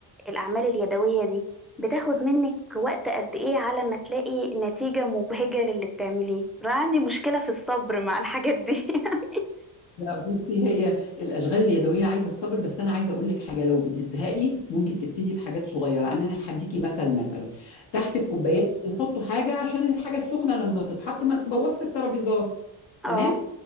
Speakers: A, in the centre; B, on the left (about 80°).
A: الاعمال اليدويه دي بتاخد منك وقت قد ايه على ما تلاقي نتيجه مبهجه للي بتعمليه انا عندي مشكله في الصبر مع الحاجات دي <laughs>
B: لا بصي هي الاشغال اليدويه عايزه الصبر بس انا عايزه اقول لك حاجه لو بتزهقي ممكن تبتدي بحاجات صغيره يعني انا هديكي مثل مثلا تحت
A: أمم،
B: الكوبايات بيحطوا حاجه عشان الحاجه السخنه لما تتحط ما تبوظش الترابيزات
A: اه
B: تمام